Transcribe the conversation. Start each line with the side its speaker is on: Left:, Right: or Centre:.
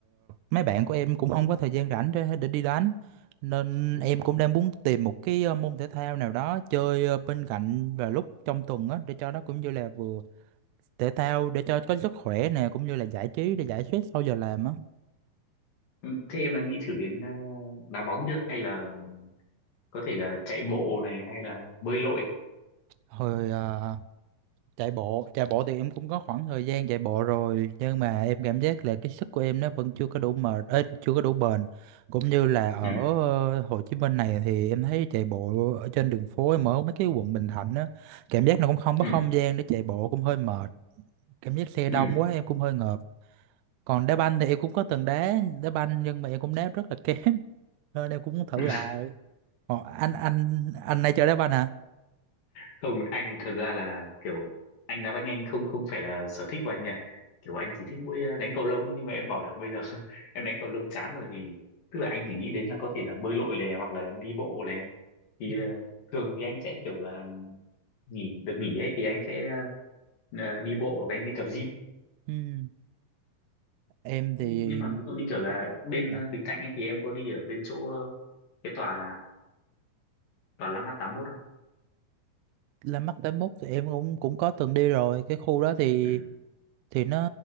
Right: mấy bạn của em cũng không có thời gian rảnh để, để đi đánh nên em cũng đang muốn tìm một cái ờ, môn thể thao nào đó chơi ờ, bên cạnh và lúc trong tuần á để cho nó cũng như là vừa thể thao để cho có sức khỏe nè cũng như là giải trí để giải stress sau giờ làm á.
Left: Ừ, Thế em đã nghĩ thử đến ờ, đá bóng chưa? Hay là có thể là chạy bộ này hay là bơi lội?
Right: Hồi ờ, chạy bộ chạy bộ thì em cũng có khoảng thời gian chạy bộ rồi nhưng mà em cảm giác là cái sức của em nó vẫn chưa có đủ mệt ấy, chưa có đủ bền cũng như là ở
Left: Ừ,
Right: ờ, Hồ Chí Minh này thì em thấy chạy bộ ở trên đường phố em ở mấy cái quận Bình Thạnh á cảm giác nó cũng không
Left: ừ,
Right: có không gian để chạy bộ cũng hơi mệt cảm giác xe
Left: ừ.
Right: đông quá em cũng hơi ngợp còn đá banh thì em cũng có từng đá đá banh nhưng mà em cũng đá rất là kém <laughs> nên em cũng
Left: <laughs>
Right: muốn thử lại Ồ, anh anh anh này chơi đá banh hả
Left: không anh thì thật ra là kiểu anh đá banh anh không không phải là sở thích của anh nha kiểu anh chỉ thích mỗi ờ, đánh cầu lông ấy nhưng mà em bảo là bây giờ <laughs> em đánh cầu lông chán rồi thì tức là anh chỉ nghĩ đến là có thể là bơi lội này hoặc là đi bộ này thì
Right: Ừ.
Left: ờ, thường thì anh sẽ kiểu là nghỉ được nghỉ ấy thì anh sẽ ờ, đi bộ hoặc là anh đi tập gym
Right: Ừ, em thì
Left: Nh- nhưng mà ví dụ như kiểu là bên
Right: dạ,
Left: ờ, Bình Thạnh ấy thì em có đi ở bên chỗ ờ, cái tòa tòa Landmark 81 không
Right: La Mắt tám mốt thì em cũng cũng có từng đi rồi cái khu đó thì
Left: ừ
Right: thì nó